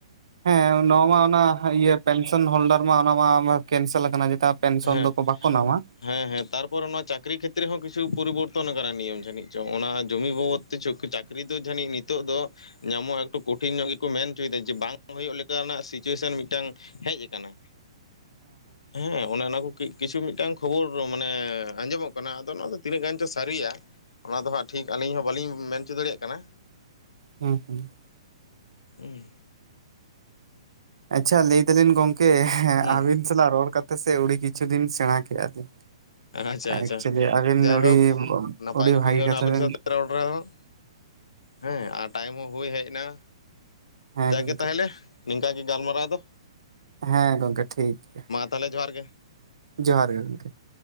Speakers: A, on the right; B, on the left.
A: ᱦᱮᱸ ᱱᱚᱣᱟ ᱢᱟ ᱚᱱᱟ ᱤᱭᱟᱹ ᱯᱮᱱᱥᱚᱱ ᱦᱳᱞᱰᱟᱨ ᱢᱟ ᱚᱱᱟ ᱢᱟ ᱠᱮᱱᱥᱮᱞ ᱠᱟᱱᱟ ᱡᱮᱴᱟ ᱯᱮᱱᱥᱚᱱ
B: ᱦᱮᱸ
A: ᱫᱚᱠᱚ ᱵᱟᱠᱚ ᱱᱟᱢᱟ᱾
B: ᱦᱮᱸ ᱦᱮᱸ ᱛᱟᱨᱯᱚᱨ ᱚᱱᱟ ᱪᱟᱠᱨᱤ ᱠᱷᱮᱛᱨᱮ ᱦᱚᱸ ᱠᱤᱪᱷᱩ ᱯᱚᱨᱤᱵᱚᱨᱛᱚᱱ ᱟᱠᱟᱱᱟ ᱱᱤᱭᱚᱢ ᱡᱟᱹᱱᱤᱡ ᱪᱚᱝ, ᱚᱱᱟ ᱡᱚᱢᱤ ᱵᱟᱵᱚᱛ ᱛᱮᱪᱚ ᱪᱟᱹᱠᱨᱤ ᱫᱚ ᱡᱟᱹᱱᱤᱡ ᱱᱤᱛᱚᱜ ᱫᱚ ᱧᱟᱢᱚᱜ ᱮᱠᱴᱩ ᱠᱚᱴᱷᱤᱱ ᱧᱚᱜ ᱜᱮᱠᱚ ᱢᱮᱱ ᱦᱚᱪᱚᱭᱮᱫᱟ ᱡᱮ ᱵᱟᱝ ᱦᱩᱭᱩᱜ ᱞᱮᱠᱟᱱᱟᱜ ᱥᱤᱪᱩᱭᱮᱥᱚᱱ ᱢᱤᱫᱴᱟᱝ ᱦᱮᱡ ᱟᱠᱟᱱᱟ ᱦᱮᱸ᱾ ᱚᱱᱮ ᱚᱱᱟ ᱠᱚ ᱠᱟᱹᱪ ᱠᱤᱪᱷᱩ ᱢᱤᱫᱴᱟᱝ ᱠᱷᱚᱵᱚᱨ ᱢᱟᱱᱮ ᱟᱸᱡᱚᱢᱚᱜ ᱠᱟᱱᱟ, ᱟᱫᱚ ᱚᱱᱟ ᱫᱚ ᱛᱤᱱᱟᱹᱜ ᱜᱟᱱ ᱪᱚ ᱥᱟᱹᱨᱤᱭᱟ ᱚᱱᱟ ᱫᱚ ᱦᱟᱸᱜ ᱴᱷᱤᱠ ᱟᱹᱞᱤᱧ ᱦᱚᱸ ᱵᱟᱹᱞᱤᱧ ᱢᱮᱱ ᱚᱪᱚ ᱫᱟᱲᱮᱭᱟᱜ ᱠᱟᱱᱟ᱾
A: ᱦᱩᱸ ᱦᱩᱸ᱾
B: ᱦᱩᱸ᱾
A: ᱟᱪᱪᱷᱟ ᱞᱟᱹᱭ ᱫᱟᱞᱤᱧ ᱜᱚᱝᱠᱮ
B: ᱦᱩᱸ
A: ᱟᱹᱵᱤᱱ ᱥᱟᱞᱟᱜ ᱨᱚᱲ ᱠᱟᱛᱮ ᱥᱮ ᱟ. ᱰᱤ ᱠᱤᱪᱷᱩ ᱞᱤᱧ ᱥᱮᱬᱟ ᱠᱮᱜᱼᱟ ᱞᱤᱧ᱾
B: ᱟᱪᱪᱷᱟ ᱟᱪᱪᱷᱟ
A: ᱮᱠᱪᱩᱭᱮᱞᱤ ᱟᱹᱵᱤᱱ
B: ᱡᱟᱭᱦᱳᱠ
A: ᱟᱹᱰᱤ
B: ᱱᱟᱯᱟᱭ
A: ᱟᱹᱰᱤ
B: ᱜᱮ
A: ᱵᱷᱟᱹᱜᱤ
B: ᱵᱩᱡᱷᱟᱹᱣ ᱮᱱᱟ
A: ᱠᱟᱛᱷᱟ
B: ᱟᱵᱤᱱ
A: ᱵᱤᱱ
B: ᱥᱟᱶᱛᱮ ᱨᱚᱲ ᱨᱮᱦᱚᱸ, ᱦᱮᱸ ᱟᱨ ᱴᱟᱭᱤᱢ ᱦᱚᱸ ᱦᱩᱭ ᱦᱮᱡ ᱱᱟ᱾
A: ᱦᱮᱸ
B: ᱡᱟᱜᱮ
A: ᱜᱚᱝᱠᱮ
B: ᱛᱟᱦᱚᱞᱮ ᱱᱤᱝᱠᱮ ᱜᱟᱞᱢᱟᱨᱟᱣ ᱫᱚ᱾
A: ᱦᱮᱸ ᱜᱚᱝᱠᱮ ᱴᱷᱤᱠ ᱾
B: ᱛᱟᱦᱞᱮ ᱡᱚᱦᱟᱨ ᱜᱮ ᱾
A: ᱡᱚᱦᱟᱨ ᱜᱮ ᱜᱚᱝᱠᱮ ᱾